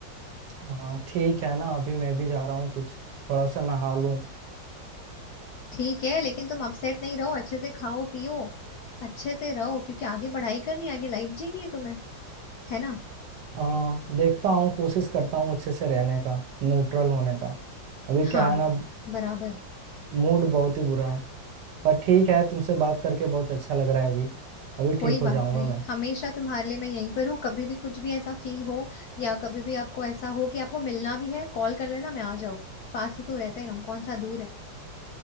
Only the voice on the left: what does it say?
ठीक है लेकिन तुम अपसेट नहीं रहो अच्छे से खाओ पियो अच्छे से रहो क्योंकि आगे पढ़ाई करनी है आगे लाइफ जीनी है तुम्हें है ना
हाँ
बराबर
कोई
बात
नहीं
हमेशा तुम्हारे लिए मैं यहीं पर हूँ कभी भी कुछ भी ऐसा फील हो या कभी भी आपको ऐसा हो कि आपको मिलना भी है कॉल कर लेना मैं आ जाऊँ पास ही तो रहते हैं हम कौन सा दूर है